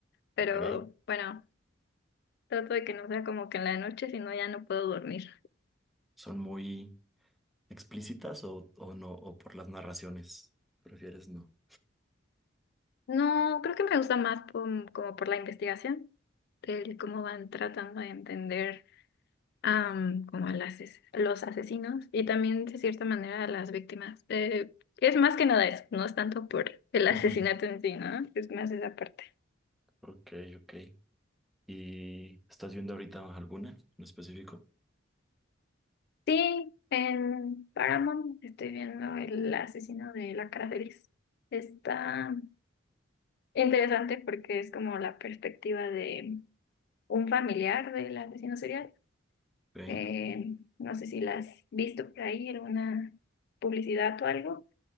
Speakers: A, on the left (about 55°); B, in the centre.
A: pero
B: ¿Ok?
A: bueno, trato de que no sea como que en la noche, si no ya no puedo dormir.
B: ¿Son muy explícitas o, o no? ¿O por las narraciones? ¿Prefieres no?
A: No, creo que me gusta más pom- como por la investigación, del cómo van tratando de entender. am, como a las, ases- los asesinos y también de cierta manera a las víctimas. Eh, es más que nada eso, no es tanto por el asesinato
B: Ujú.
A: en sí, ¿no? Es más esa parte.
B: Ok, ok. ¿Y estás viendo ahorita alguna en específico?
A: Sí, en Paramount estoy viendo el asesino de la cara feliz. Está interesante porque es como la perspectiva de un familiar del asesino serial.
B: Ok.
A: Eh, no sé si la has visto por ahí, alguna publicidad o algo,